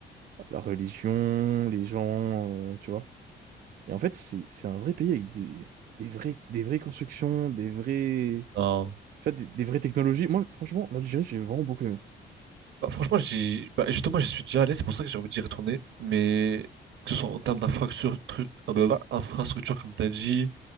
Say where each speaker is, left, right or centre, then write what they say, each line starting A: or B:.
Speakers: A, on the right; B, on the right.
A: la religion, les gens, euh, tu vois. Et en fait, c'est c'est un vrai pays avec des, des vrais, des vraies constructions, des vrais...
B: Non.
A: Tu vois, des, des vraies technologies. Moi, franchement, l'Algérie, j'ai vraiment beaucoup aimé.
B: Bah, franchement, j'y... Bah, justement, j'y suis déjà allé, c'est pour ça que j'ai envie d'y retourner. Mais que ce soit en termes d'infrastructure, ah bah, bah, infrastructure, comme tu as dit,